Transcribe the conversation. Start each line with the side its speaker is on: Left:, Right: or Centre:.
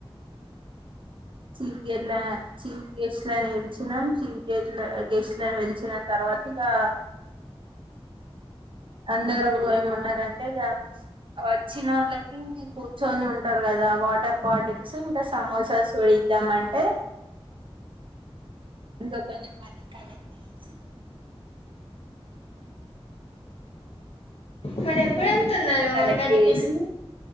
Right: చీఫ్ గేట్ చీఫ్ గెస్ట్ వెలిచినాం చీఫ్ గేట్ గెస్ట్ వెలిచిన తర్వాత పటిగా అందరూ ఏమన్నారంటే వచ్చిన వాళ్ళకి కూర్చొని ఉంటారు కదా వాటర్ బాటిల్స్ ఇంకా సమోసాస్ ఇద్దామంటే ఇంకా కొన్ని మనీ కనెక్ట్ అయసి
Left: మరి ఎప్పుడు
Right: ఇంకా
Left: వెళ్తున్నారు
Right: కొన్ని మనీ కలెక్ట్
Left: అంగడికి
Right: చేేసి